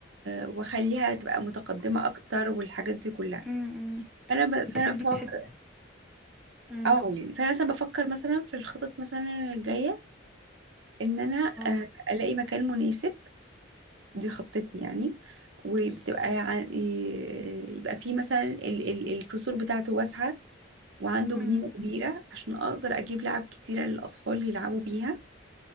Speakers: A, on the right (about 70°); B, in the centre.
A: وأخليها تبقى متقدمة أكتر والحاجات دي كلها
B: امم
A: فأنا ب...
B: بتحبي
A: فأنا بفكر
B: تحس امم
A: أو يعني فأنا مثلا بفكر مثلا في الخطط مثلا الجاية ان انا
B: اه
A: آه، الاقي مكان مناسب دي خطتي يعني وبتبقى ع- ي- يبقى فيه مثلا ال- ال- الفصول بتاعته واسعة وعنده
B: امم
A: جنينة كبيرة عشان اقدر اجيب لعب كتيرة للاطفال يلعبوا بيها